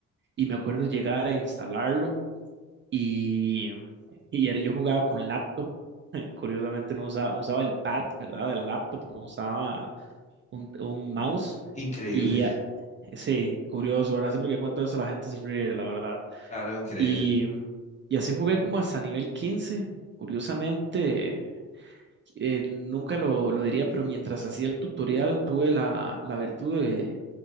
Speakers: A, on the right (about 40°); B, on the left (about 25°).
A: y me acuerdo llegar a instalarlo y, y era- yo jugaba con laptop. <laughs> Curiosamente no usaba, usaba el pad, ¿verdad? De la laptop, no usaba un, un mouse.
B: Increíble,
A: Y ah, sí, curioso, ¿verdad? Siempre que cuento eso la gente se ríe, la verdad.
B: <laughs> claro, increíble.
A: Y, y así jugué como hasta nivel quince Curiosamente, eh, nunca lo, lo diría, pero mientras hacía el tutorial tuve la, la virtud de,